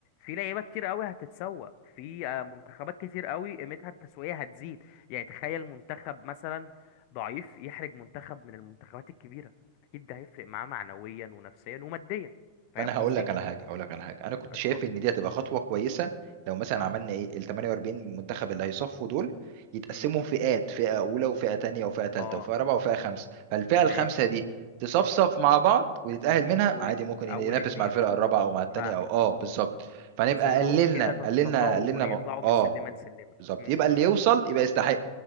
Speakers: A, on the left (about 45°); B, on the right (about 45°).
A: في لعيبه كتير قوي هتتسوق في آه، منتخبات كتير قوي قيمتها التسويقيه هتزيد يعني تخيل منتخب مثلا ضعيف يحرج منتخب من المنتخبات الكبيره اكيد ده هيفرق معاه معنويا ونفسيا وماديا فاهم
B: ما انا هقول
A: قصدي
B: لك على حاجه هقول لك على حاجه انا كنت
A: اتفضل
B: شايف ان دي هتبقى خطوه كويسه لو مثلا
A: اه
B: عملنا ايه ال 48 منتخب اللي هيصفوا دول يتقسموا
A: امم
B: فئات فئه اولى وفئه تانية وفئه تالتة
A: اه
B: وفئه رابعه وفئه خمسه فالفئه الخمسه
A: ماشي
B: دي تصفصف مع بعض وتتاهل منها
A: واول
B: عادي ممكن ينافس
A: اتنين
B: مع الفرقه
A: مثلا
B: الرابعه او مع التانية
A: فاهمك
B: او اه بالظبط فنبقى
A: يحصل
B: قللنا
A: لهم كده
B: قللنا
A: تطور
B: قللنا
A: يطلعوا
B: م...
A: من
B: اه
A: سلمه لسلمه
B: بالظبط
A: امم
B: يبقى اللي يوصل يبقى يستحق